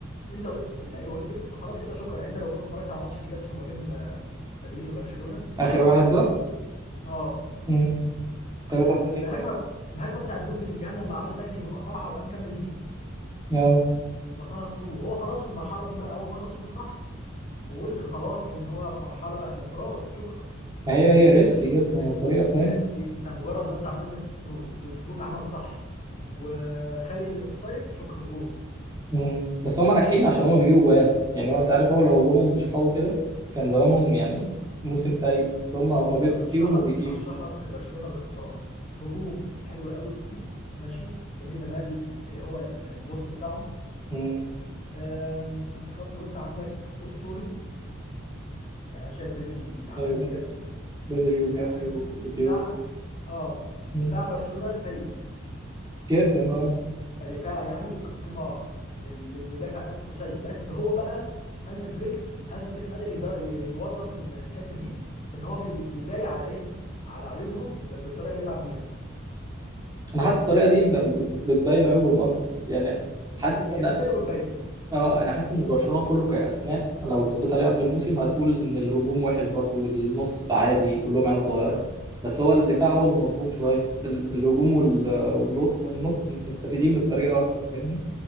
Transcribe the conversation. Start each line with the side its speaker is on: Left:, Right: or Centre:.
Left: انت وقفت اللعيبه وقفت فخلاص كده شكرا يعني انت لو اتفرجت على ماتش الكلاسيكو ما بين آه، مدريد وبرشلونه
Right: آخر واحد ده
Left: اه
Right: امم
Left: ج-
Right: 3
Left: الهجمه
Right: 2 ده
Left: الهجمه بتاعت جود بلينجهام لما عمل تاكلينج وقطعها وقام كمل بيها
Right: اه
Left: باصها ثرو وهو خلاص في المرحله دي بقى هو باص الثرو صح ووصل خلاص وان هو في مرحله بقى انفراد شكرا
Right: ما هي هي ريسكي جدا هي طريقة فاهم
Left: يا ريسكي انت مجرد ما انت عملت الثرو والثرو اتعمل صح وخالي من الاوفسايد شكرا جول
Right: امم بس هم ناجحين عشان هم بيجيبوا جوان يعني هو انت عارف هو لو هجومهم مش قوي كده كان زمانهم يعني موسم سيء بس هم هم
Left: بص
Right: بيدخلوا
Left: انا
Right: فيهم
Left: هشرح لك
Right: وبيجيبوا
Left: هشرح لك برشلونه باختصار هجوم حلو قوي ماشي يمين لمال آه، هو ال- البوس بتاعهم
Right: امم
Left: أم، الخط الوسط عندك اسطوري يعني انا شايف بدري عالمي
Right: ايوه بدري
Left: بجد
Right: بدري
Left: بدري
Right: وجافي
Left: عالمي
Right: وديوم
Left: دفاع اه
Right: مم.
Left: دفاع برشلونه سيء
Right: جدا اه
Left: كدفاع يعني وكقيمه لل- للمدافع نفسه سيء بس هو بقى هانز فليك هانز فليك قادر يض- ي- يوظف ال- الحته دي في ان هو بي- بيداري على ايه على عيوبهم ب- بالطريقه اللي بيلعب بيها
Right: انا حاسس الطريقة دي ب- بت- بتبين عيوبهم اكتر يعني
Left: والله
Right: حاسس
Left: هي
Right: ان
Left: بتبان وبتبين
Right: اه انا حاسس ان برشلونه كله كاسماء لو بصيت عليه قبل الموسم هتقول ان الهجوم وحش برضه والنص عادي كلهم عيال صغيره بس هو الدفاع هو اللي مظلوم شويه ال- الهجوم وال- والنص والنص مستفيدين بالطريقه اكتر فاهمني